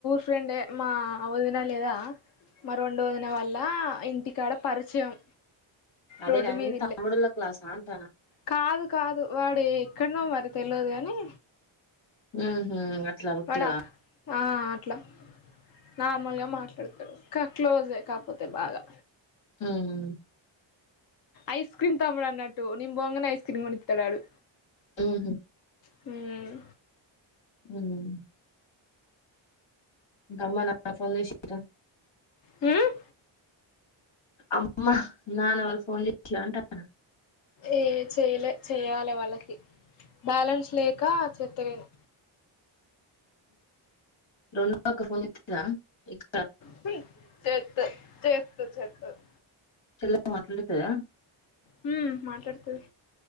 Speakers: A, on the left (about 50°); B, on the left (about 80°).
A: ఫ్రెండే మ వదిన లేదా మ రెండు వొదిన వల్ల ఇంటికాడ పరిచయం
B: అదే
A: రోడ్డు
B: కానీ
A: మీద
B: తమ్ముడులో
A: ఇల్లే
B: క్లాసా అంటాను
A: కాదు కాదు వాడ్ ఎక్కడనో మరి తెల్వదు గని
B: హ్మహమ్ అట్లా ఉటిగా
A: వాడా ఆ అట్లా నార్మల్గా మాట్లాడతాడు క క్లోజే కాకపోతే బాగా
B: హ్మ్
A: ఐస్ క్రీమ్ తమ్ముడు అన్నట్టు నేన్ బోగానే ఐస్ క్రీమ్ కొని ఇతడు ఆడు
B: హ్మ్
A: హ్మ్
B: హ్మ్ అమ్మ నాకు ఉంది షటం
A: హ్మ్
B: అమ్మ నాన్న వాళ్ళు ఫోన్ చేసలే అంటానా
A: ఏ చేయలే చేయాలి వాళ్ళకి బ్యాలెన్స్ లేక చెత్తలేను
B: రొ న్దాకా ఫోన్ చేతదా నీకు
A: చేతే చేతే చేతది చేతది
B: చెల్లె మాట్లాడతదా
A: హ్మ్ మాట్లాడుతది